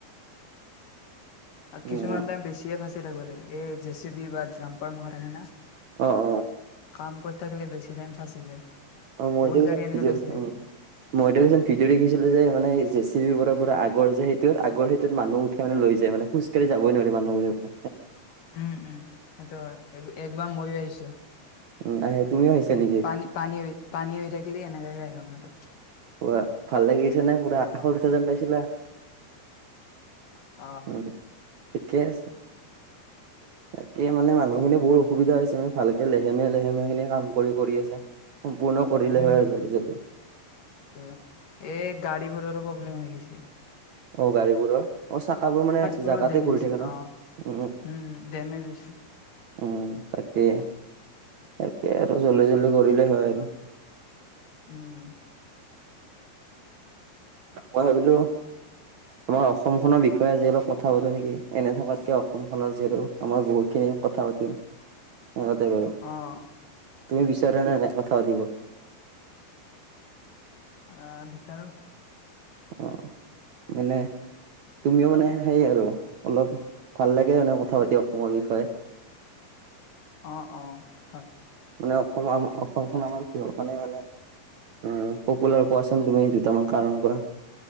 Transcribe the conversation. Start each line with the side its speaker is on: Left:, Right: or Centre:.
Left: অ কিছুমান
Right: উম
Left: ত বেছিয়ে ভাচ থাকিব লাগে এই জে চি বি বা ড্ৰাম্পাৰ মুখৰ থাকে না।
Right: অ অ
Left: কাম কৰ থাকিলে বেছি দাইম ফাঁচি যায়।
Right: অ মই
Left: বহুত
Right: যে
Left: গাড়ী
Right: কৈ
Left: এনেকে
Right: ভিডিঅ'
Left: ফাঁচি থাকে।
Right: অ মইত কৈ ভিডিঅ' দেখিছিলো যে মানে জে চি পিবোৰৰ পৰা আগৰ যে সেইটোত আগৰ সেইটোত মানুহ উঠাই মানে লৈ যায় মানে খোজকাঢ়ি যাবই নোৱাৰে মানুহবোৰৰ পৰা
Left: উম উম সেইটো হয় এক একবাৰ ময়ো আহিছোঁ।
Right: উম আহে তুমিও আহিছা নেকি
Left: পানী পানী এৰি পানী এৰি থাকিলে এনেকাৱাকে আহে মানে সেইটো
Right: পোৱা ভাল লাগিছে নে পুৰা সৰু চে যেন পাইছিলা।
Left: অহ
Right: উম ঠিকে আছে। তাকে মানে মানুহখিনি বহু অসুবিধা হৈছে মানে ভালকে লেহেমেীয়া লেহেমীয়া খিনি কাম কৰি কৰি আছে। সম্পূৰ্ণ কৰিলে
Left: উম
Right: হয় আৰু জল্দি জল্দি।
Left: এই গাড়ীবোৰৰো প্ৰব্লেম হৈ গেইছে।
Right: অ গাড়ী বোৰৰ অ চাকাবোৰ মানে
Left: বোৰো
Right: জাগাতে
Left: ডেমেজ
Right: ঘূৰি থাকে
Left: হয়।
Right: ন,
Left: অ'।
Right: উ
Left: উম ডেমেজ হৈছে
Right: উম তাকে। তাকে আৰু জল্দি জল্দি কৰিলেই হয় আৰু
Left: উম
Right: মই ভাবিলো আমাৰ অসমখনৰ বিখয়ে আজি অলপ কথা পাতো নেকি এনে থকাতকে অসম খনৰ যিহেতু আমাৰ বহুত খিনি কথা পাতিও অ সেইটোৱেই বাৰু।
Left: অ',
Right: তুমি
Left: উম
Right: বিচাৰা নাই কাষত উঠা দিব
Left: আহ বিচাৰো।
Right: অ মানে তুমিও মানে সেই আৰু অলপ ভাল লাগে মানে কথা পাতি অসমৰ বিষয়ে <inaudible>
Left: অ অ হয়
Right: মানে অসম আমাৰ অসমখন আমাৰ কিহৰ কাৰণে মানে অ পপুলাৰ কোৱাচোন তুমি দুটামান কাৰণ কোৱা